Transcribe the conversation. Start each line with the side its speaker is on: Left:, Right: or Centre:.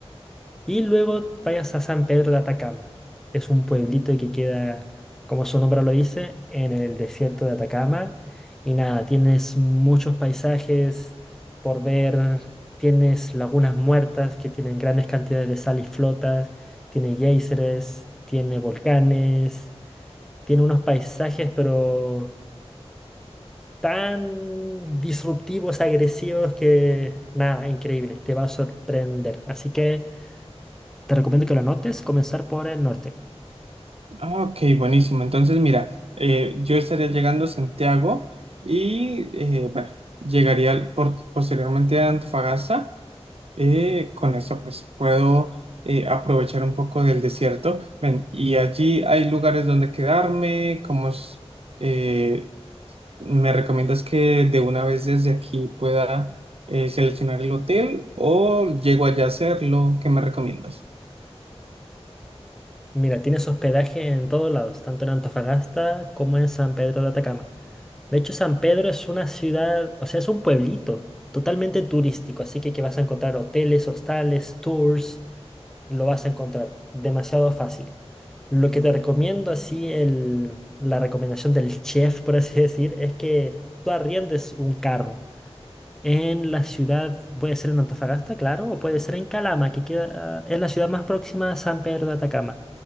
Centre: Y luego vayas a San Pedro de Atacama. Es un pueblito que queda, como su nombre lo dice, en el desierto de Atacama. Y nada, tienes muchos paisajes por ver. Tienes lagunas muertas que tienen grandes cantidades de sal y flotas. Tiene géiseres, tiene volcanes. Tiene unos paisajes, pero tan disruptivos, agresivos que nada, increíble. Te va a sorprender. Así que. Te recomiendo que lo anotes, comenzar por el norte.
Right: Ah, ok, buenísimo. Entonces, mira, eh, yo estaría llegando a Santiago y, eh, bueno, llegaría al- por- posteriormente a Antofagasta. Eh, con esto, pues, puedo eh, aprovechar un poco del desierto. Ven, y allí hay lugares donde quedarme, ¿Cómo es, eh, me recomiendas que de una vez desde aquí pueda eh, seleccionar el hotel o llego allá a hacerlo? ¿Qué me recomiendas?
Centre: Mira, tienes hospedaje en todos lados, tanto en Antofagasta como en San Pedro de Atacama. De hecho, San Pedro es una ciudad, o sea, es un pueblito totalmente turístico, así que, que vas a encontrar hoteles, hostales, tours, lo vas a encontrar demasiado fácil. Lo que te recomiendo, así, el, la recomendación del chef, por así decir, es que tú arriendes un carro. En la ciudad, puede ser en Antofagasta, claro, o puede ser en Calama, que queda, es la ciudad más próxima a San Pedro de Atacama.